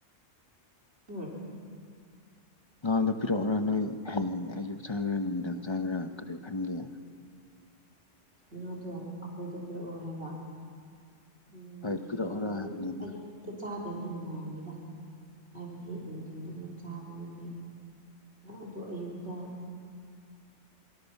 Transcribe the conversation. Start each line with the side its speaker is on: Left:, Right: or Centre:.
Right: ꯎꯝ <inaudible>
Left: ꯑꯉꯥꯡꯗꯣ ꯄꯤꯔꯛꯎꯔꯥ ꯅꯣꯏ ꯍꯌꯦꯡ ꯑꯌꯨꯛ ꯆꯥꯈꯦꯔꯥ ꯅꯨꯃꯤꯗꯥꯡ ꯆꯥꯈꯦꯔꯥ ꯀꯔꯤ ꯈꯟꯒꯦ
Right: ꯉꯥꯗꯣ ꯑꯩꯈꯣꯏꯗ ꯄꯤꯔꯛꯑꯣ ꯍꯥꯏꯕ ꯎ
Left: ꯍꯣꯏ
Right: ꯍꯌꯦꯡꯁꯦ
Left: ꯄꯤꯔꯛꯑꯣꯔ
Right: ꯑꯌꯨꯛ
Left: ꯍꯥꯏꯕꯅꯤꯗ
Right: ꯑꯌꯨꯛ ꯍ ꯆꯥꯗ꯭ꯔꯗꯤ ꯅꯨꯡꯉꯥꯏꯔꯣꯏꯗ ꯍꯥꯏꯕꯗꯤ ꯅꯨꯡꯊꯤꯟꯜꯗꯨꯕꯨ ꯆꯥꯕꯗꯨꯗꯤ ꯑꯗꯨ ꯑꯌꯨꯛꯇ ꯎ